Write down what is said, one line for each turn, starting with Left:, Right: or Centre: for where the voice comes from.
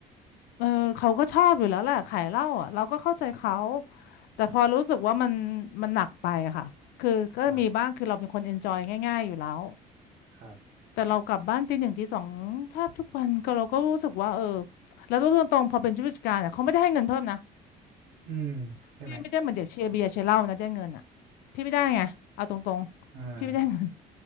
Left: เออเขาก็ชอบอยู่แล้วแหละขายเหล้าอ่ะเราก็เข้าใจเขาแต่พอรู้สึกว่ามันมันหนักไปอะค่ะคือก็มีบ้างคือเราเป็นคนเอนจอยง่ายๆอยู่แล้ว
Right: ครับครับ
Left: แต่เรากลับบ้านตีหนึ่งตีสองแทบทุกวันก็เราก็รู้สึกว่าเออแล้วพูดตรงๆพอเป็นผู้จัดการอ่ะเขาไม่ได้ให้เงินเพิ่มนะ
Right: อืมใช่ไหม
Left: พี่ไม่ได้เหมือนเด็กเชียร์เบียร์เชียร์เหล้านะได้เงินอ่ะพี่ไม่ได้ไงเอาตรงๆพี่ไม่ได้เงิน
Right: เออ